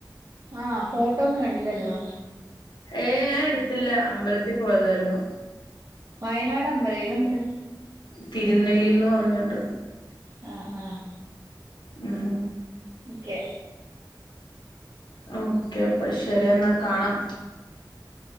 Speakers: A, on the right; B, on the left.
A: ആഹ് ഫോട്ടോ ഒന്നും കണ്ടില്ലല്ലോ
B: ഏ ഞാൻ എടുത്തില്ല അമ്പലത്തിൽ പോയതായിരുന്നു
A: വയനാട് അമ്പലം ഏത് അമ്പലം
B: തിരുനെല്ലിന്ന് പറഞ്ഞോട്ട്
A: ആ ആ
B: ഉഹ്
A: ഓക്കെ
B: ഓക്കെ അപ്പ ശരി എന്നൽ കാണാം